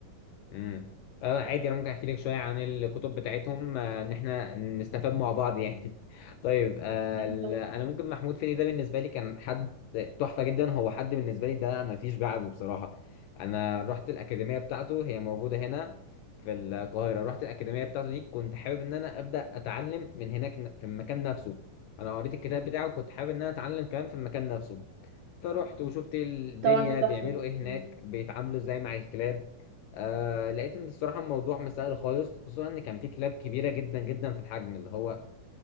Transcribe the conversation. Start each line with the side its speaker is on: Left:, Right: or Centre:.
Left: امم اه عادي انا ممكن احكي لك شويه عن الكتب بتاعتهم آه، ان احنا نستفاد مع بعض يعني <laughs> طيب آه،
Right: <laughs>
Left: ال- انا ممكن محمود فيدي ده بالنسبه لي كان حد تحفه جدا هو حد بالنسبه لي ده ما فيش بعده بصراحه انا رحت الاكاديميه بتاعته هي موجوده هنا في القاهره رحت
Right: أكيد
Left: الاكاديميه بتاعته دي كنت حابب ان انا ابدا اتعلم من هناك ن- في المكان نفسه انا قريت الكتاب بتاعه كنت حابب ان انا اتعلم كمان في المكان نفسه فرحت وشفت الدنيا
Right: طبعا طبعاً كانت
Left: بيعملوا
Right: تحفه
Left: ايه هناك
Right: مم.
Left: بيتعاملوا ازاي مع الكلاب آه لقيت ان الصراحه الموضوع مسائل خالص خصوصا ان كان في كلاب كبيره جدا جدا في الحجم اللي هو